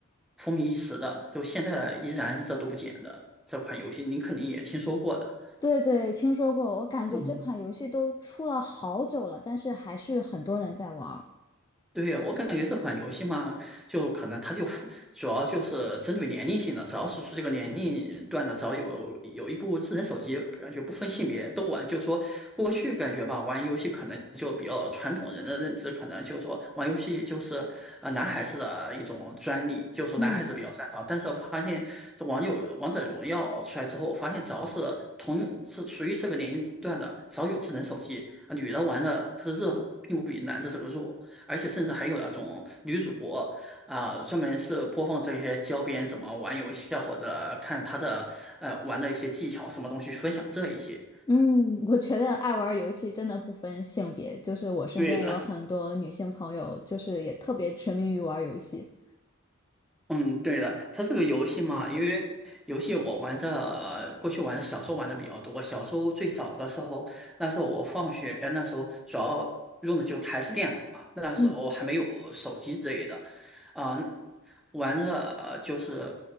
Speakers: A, in the centre; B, on the left (about 20°).
A: 风靡一时的，就现在依然热度不减的这款游戏，您肯定也听说过的。
B: 对对，听说过，我感觉这款游戏都出了好久了，
A: 嗯。
B: 但是还是很多人在玩儿
A: 对，我感觉这款游戏嘛，就可能它就主要就是针对年龄性的，只要是这个年龄段的，只要有有一部智能手机，感觉不分性别都玩。就是说过去感觉吧，玩游戏可能就比较传统人的认知，可能就是说玩游戏就是呃男孩子的一种专利，就是说男孩子比较擅长。
B: 嗯
A: 但是我发现这网友王者荣耀出来之后，我发现只要是同是属于这个年龄段的，只要有智能手机，女的玩的它的热度并不比男的这个弱。而且甚至还有那种女主播啊、专门是播放这些教别人怎么玩游戏啊，或者看他的呃玩的一些技巧什么东西，分享这一些。
B: 嗯，我觉得爱玩儿游戏真的不分性别，就是我身边有很多女性朋友，
A: 对的，
B: 就是也特别沉迷于玩儿游戏。
A: 嗯，对的，它这个游戏嘛，因为游戏我玩的，过去玩的小时候玩的比较多。小时候最早的时候，那时候我放学，那时候主要用的就台式电脑嘛，那时候还没有手机之类的，
B: 嗯，
A: 啊、玩的呃就是